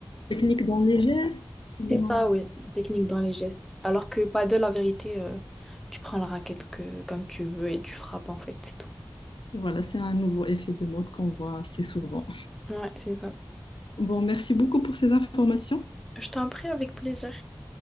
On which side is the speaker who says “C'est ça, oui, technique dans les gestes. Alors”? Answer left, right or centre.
Centre